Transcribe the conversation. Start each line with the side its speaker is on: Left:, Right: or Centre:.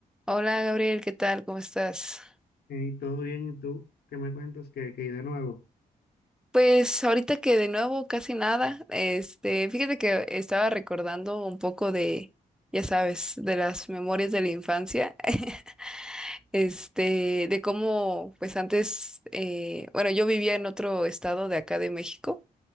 Centre: Hola Gabriel, ¿qué tal? ¿Cómo estás?
Left: Y todo bien, ¿y tú? ¿Qué me cuentas? ¿Qué, qué hay de nuevo?
Centre: Pues ahorita que de nuevo casi nada, este, fíjate que estaba recordando un poco de, ya sabes, de las memorias de la infancia, <laughs> este, de cómo, pues antes, eh, bueno, yo vivía en otro estado de acá de México